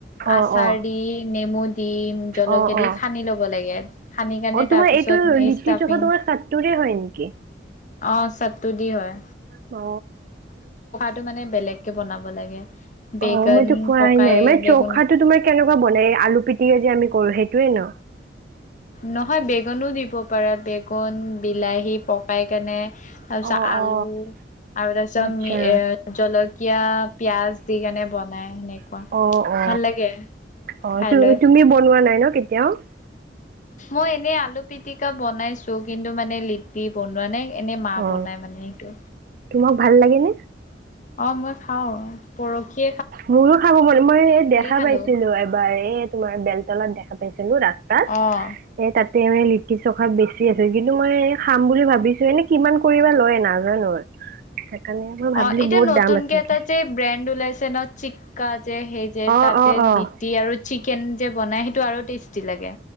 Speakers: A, on the right (about 50°); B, on the left (about 45°).
A: অ
B: আচাৰ
A: অ
B: দি, নেমু বুট দিম, জলকীয়া
A: অ অ
B: দি সানি
A: অ
B: ল'ব লাগে সানি কাৰণে তাৰপিছত
A: তোমাৰ এইটো লিটি
B: ষ্টাফিং
A: চখা তোমাৰ চাটোৰে হয় নেকি?
B: অ চাটটো দি হয়।
A: অ।
B: টো মানে বেলেগ কে বনাব লাগে। বেগন
A: অ মইতো খোৱাই
B: পকাই
A: নাই মানে
B: বেগুন
A: চৌখাটো তোমাৰ কেনেকুৱা বনাই এই আলু পিটিকা যে আমি কৰো সেইটোয়ে ন।
B: নহয় বেগনো দিব পাৰা ।বেগন, বিলাহী পকাই কেনে। তাৰপিছত
A: অ
B: আলু
A: অ
B: আৰু তাৰ পিছত
A: আচ্ছা
B: এ জলকীয়া, পিয়াজ দি কেনে বনাই সেনেকুৱা।
A: অ অ
B: ভাল লাগে।
A: অ
B: খাই লৈ
A: তুমি বনোৱা নাই ন কেতিয়াও?
B: মই এনে আলু পিটিকা বনাইছো কিন্তু মানে লিপি বনোৱা নাই এনেই মা
A: অ
B: বনাই মানে সেইটো।
A: তোমাক ভাল লাগে নে?
B: অ মই খাও পৰখি
A: মোৰো খাব মন মই এই দেখা
B: খালো
A: পাইছিলো এবাৰ এই তোমাৰ বেলতলত দেখা পাইছিলো। চিলোঁ ৰাস্তাত
B: অ
A: এ তাতে মানে লিটি চ বেছি আছে কিন্তু মই খাম বুলি ভাবিছো এনে কিমান কৰিবা লই নাজানো সেইকাৰণে মই ভাবিলো
B: অ এতিয়া
A: বহুত
B: নতুনকে
A: দাম আছে নেকি
B: এটা যে ব্ৰেণ্ড ওলাইছে চেনত চিক্কা যে সেই যে
A: অ',
B: তাতে
A: অ', অ',
B: লিটি আৰু চিক কেন যে বনাই সেইটো আৰু টেষ্টি লাগে।